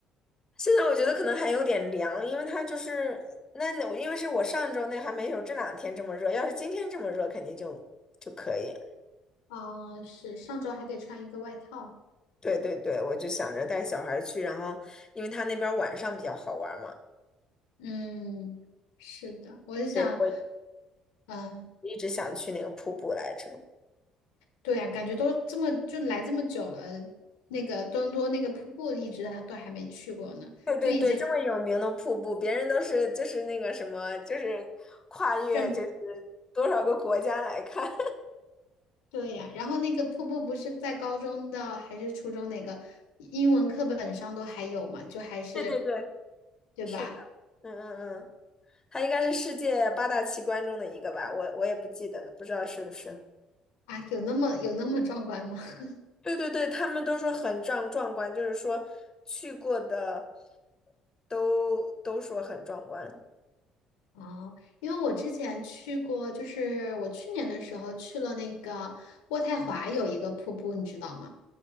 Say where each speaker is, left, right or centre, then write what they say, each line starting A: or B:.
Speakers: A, on the left; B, on the left.
A: 现在我觉得可能还有点凉，因为它就是那那，因为是我上周那还没有这两天这么热，要是今天这么热，肯定就就可以。
B: 啊，是上周还得穿一个外套。
A: 对对对，我就想着带小孩去，然后因为他那边晚上比较好玩嘛，
B: 嗯，是的，我就想，
A: 对，我
B: 嗯，
A: 一直想去那个瀑布来着。
B: 对呀，感觉都这么就来这么久了，那个多伦多那个瀑布一直还都还没去过呢，
A: 对对对，
B: 就以前
A: 这么有名的瀑布，别人都是就是那个什么，就是跨越就是
B: 转，
A: 多少个国家来看。
B: 对呀，然后那个瀑布不是在高中的还是初中哪个英文课本上都还有嘛，就还是，
A: <laughs> 对对对，
B: 对吧？
A: 是的，嗯嗯嗯，它应该是世界八大奇观中的一个吧，我我也不记得了，不知道是不是。
B: 啊，有那么有那么壮观吗？<laughs>
A: 对对对，他们都说很壮壮观，就是说去过的都都说很壮观。
B: 哦，因为我之前去过，就是我去年的时候去了那个渥太华有一个瀑布，你知道吗？